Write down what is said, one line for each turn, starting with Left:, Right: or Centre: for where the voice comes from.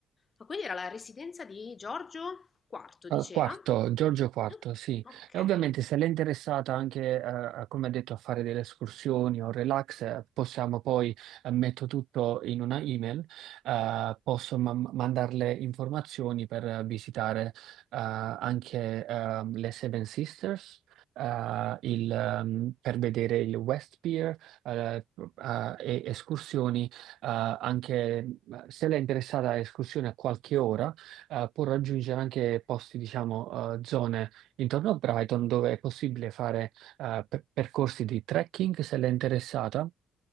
Left: Ma quindi era la residenza di Giorgio IV, diceva?
Right: Eh, Quarto, Giorgio Quarto,
Left: Ok.
Right: sì.
Left: ok.
Right: E ovviamente se l'è interessata anche, eh, a- come ha detto, a fare delle escursioni o relax, eh, possiamo poi, eh, metto tutto in una email, eh, posso ma- mandarle informazioni per eh, visitare, eh, anche, ehm, le Seven Sisters, eh, il, ehm, per vedere il West Pier, eh, eh, e escursioni, eh, anche eh, se l'è interessata a escursioni a qualche ora eh, può raggiungere anche posti, diciamo, eh, zone intorno a Brighton dove è possibile fare eh, per- percorsi di trekking se l'è interessata.